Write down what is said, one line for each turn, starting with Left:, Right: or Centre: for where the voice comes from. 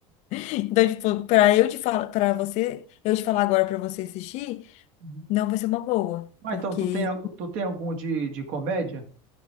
Left: Então, tipo, pra eu te falar, pra você, eu te falar agora pra você assistir,
Right: uhum.
Left: não vai ser uma boa,
Right: Ah,
Left: porque
Right: então, tu tem, al- tu tem algum de, de comédia?